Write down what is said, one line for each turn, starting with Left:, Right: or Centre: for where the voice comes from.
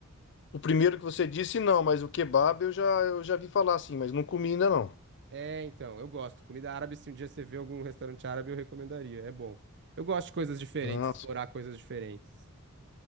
Left: O primeiro que você disse, não, mas o kebab eu já, eu já vi falar assim, mas não comi ainda não.
Right: É, então, eu gosto. Comida árabe, se um dia você vê algum restaurante árabe, eu recomendaria. É bom. Eu gosto de coisas diferentes,
Left: Nossa.
Right: explorar coisas diferentes.